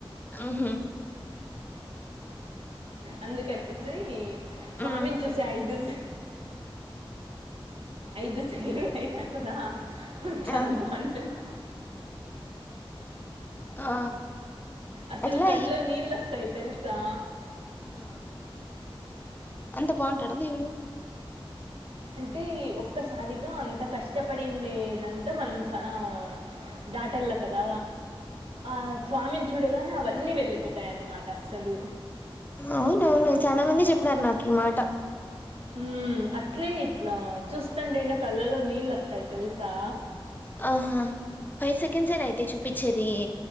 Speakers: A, on the left; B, on the right.
A: ఉహు
B: అందుకనేసి. స్వామిని
A: ఉమ్
B: చూసె ఐదు. ఐదు సెగ అయికునా చాలా
A: ఆ
B: బాగుంటుంది
A: ఆ
B: అసలు
A: ఎట్లా
B: కండ్లో నీళ్ళ న వస్తాయితే సా
A: ఉవునా అంత బాగుంటాడుదా దవుడు
B: అంటే ఒక్కసారిగా అంత కష్టపడిండేదంతా మనం చాలా దాటల్లా కదా ఆ స్వామిని చూడగానే అవ అన్నీ వెళ్ళిపోతాయన్నమాట అస్సలు
A: అవునవును చాలా మంది చెప్పినారు నాకు ఈ మాట
B: ఉ అట్లే ఇట్లా చూస్తం అయినా కళ్ళలో నీళ్ళు వస్తాయి తెలుసా
A: ఆహా ఫై సెండ్స్యితే చూపిచ్చ్ తీ